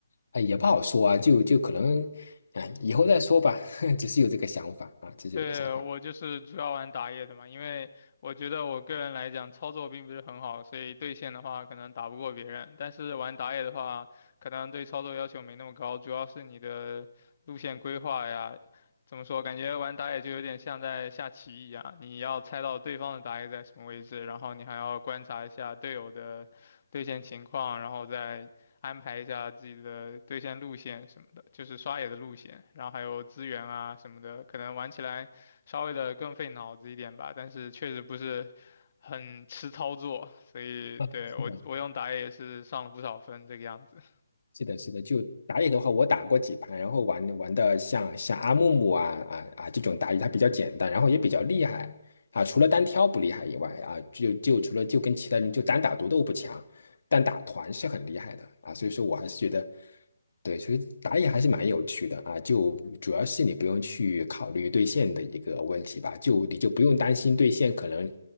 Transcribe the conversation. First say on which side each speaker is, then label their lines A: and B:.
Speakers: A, on the left (about 65°); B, on the left (about 45°).
A: 啊也不好说啊，就就可能啊以后再说吧。<laughs> 只是有这个想法啊，只是有这个想法
B: 对，我就是主要玩打野的嘛，因为我觉得我个人来讲操作并不是很好，所以对线的话可能打不过别人，但是玩打野的话，可能对操作要求没那么高，主要是你的路线规划呀。怎么说？感觉玩打野就有点像在下棋一样，你要猜到对方的打野在什么位置，然后你还要观察一下队友的对线情况，然后再安排一下自己的对线路线什么的，就是刷野的路线，然后还有资源啊什么的，可能玩起来稍微的更费脑子一点吧，但是确实不是很吃操作，所以对我我用打野也是上了不少分这个样子。
A: 啊。是的是的，是的，就打野的话，我打过几盘，然后玩玩的像像阿木木啊啊啊这种打野，它比较简单，然后也比较厉害啊。除了单挑不厉害以外啊，就就除了就跟其他人就单打独斗不强，但打团是很厉害的啊。所以说我还是觉得，对，所以打野还是蛮有趣的啊。就主要是你不用去考虑对线的一个问题吧，就你就不用担心对线可能